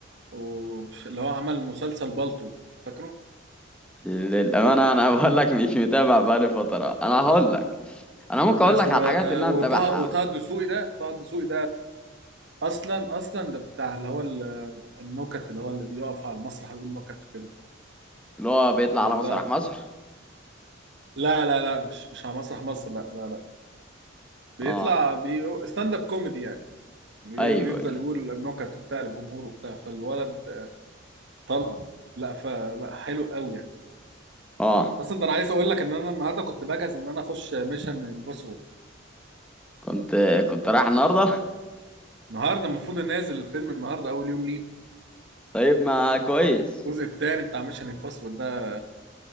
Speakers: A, on the right; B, in the centre.
A: و- اللي هو عمل مسلسل بالطو فاكره
B: للامانه انا <laughs> بقول لك مش متابع بقالي فتره انا هقول لك انا ممكن
A: بس
B: اقول لك
A: و-
B: على الحاجات اللي انا
A: وطه
B: متابعها
A: وطه الدسوقي ده طه الدسوقي اصلا اصلا ده بتاع اللي هو ال- النكت اللي هو اللي بيقف على المسرح ويقول نكت وكده
B: اللي هو بيطلع
A: فده
B: على مسرح مصر
A: لا لا لا مش مش على مسرح مصر لا لا لا بيطلع
B: اه
A: بي ستاند اب كوميدي يعني بي-
B: ايوه
A: بيفضل
B: ايوه
A: يقول النكت وبتاع للجمهور وبتاع فالولد طلقه لا فلا حلو قوي يعني
B: اه
A: اصلا ده انا عايز اقول لك ان انا النهارده كنت بجهز ان انا اخش ميشن امبوسيبل
B: كنت كنت رايح النهارده
A: النهارده المفروض نازل الفيلم النهارده اول يوم ليه
B: طيب ما كويس
A: الجزء الثاني بتاع ميشن امبوسيبل ده